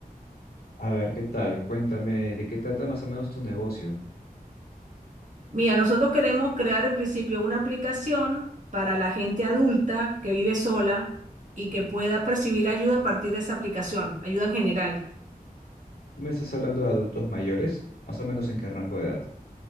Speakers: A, on the left; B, on the right.
A: A ver, ¿qué tal? Cuéntame, ¿de qué trata más o menos tu negocio?
B: Mira, nosotros queremos crear en principio una aplicación para la gente adulta que vive sola y que pueda percibir ayuda a partir de esa aplicación, ayuda en general.
A: Tú me estás hablando de adultos mayores, más o menos en qué rango de edad.